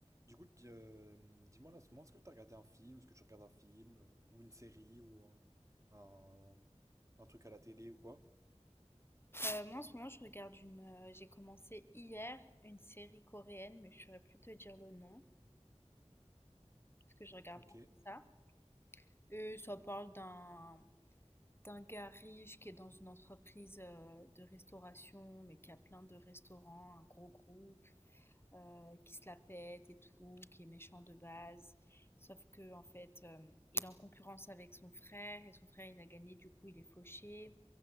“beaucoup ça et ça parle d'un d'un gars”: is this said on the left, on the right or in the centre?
Left